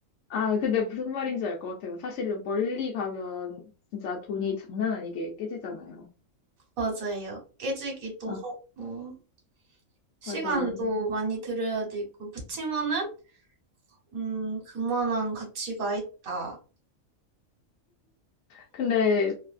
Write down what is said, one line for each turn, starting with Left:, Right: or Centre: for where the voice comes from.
Left: 아, 근데 무슨 말인지 알 것 같아요. 사실 멀리 가면 진짜 돈이 장난 아니게 깨지잖아요.
Right: 맞아요. 깨지기도
Left: 막,
Right: 하고 음. 시간도
Left: 맞아요.
Right: 많이 들여야 되고 그치만은 음 그만한 가치가 있다.
Left: 근데